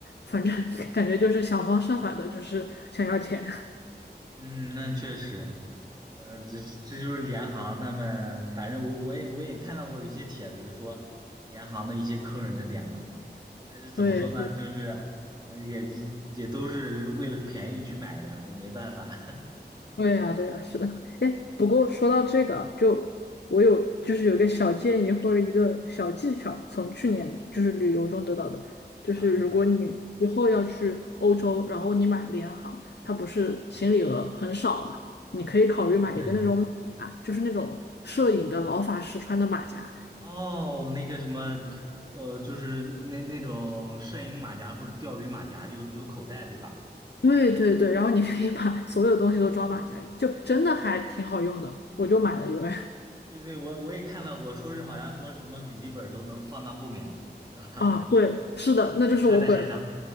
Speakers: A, on the left (about 75°); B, on the right (about 25°).
A: 反正 <laughs> 感觉就是想方设法的，就是想要钱。<laughs>
B: 嗯，那确实，嗯，这这就是联行他们，反正我我也我也看到过一些帖子说联行的一些坑人的点吧，但是怎么说呢，
A: 对对。
B: 就是嗯，也也都是为了便宜去买的，也没办法
A: 对呀，对呀，是的。哎，不过说到这个啊就我有就是有一个小建议或者一个小技巧，从去年就是旅游中得到的，
B: <laughs>
A: 就是如果你以后要去欧洲，
B: 啊，什么？
A: 然后你买联航，它不是行李额很少嘛，你可以考虑买一个那种马甲，
B: 对，
A: 就是那种摄影的老法师穿的马甲。
B: 哦，那个什么，呃，就是那那种摄影马甲或者钓鱼马甲，就有很多口袋，对吧？
A: 对对对，然后你可以把所有东西都装马甲里，就真的还挺好用的，我就买了一位。<laughs>
B: 对对，我我也看到过，说是好像说什么笔记本都能放到后面，对吧？
A: 啊，对，是的，
B: <laughs>
A: 那就是我本人。
B: 就穿在身上。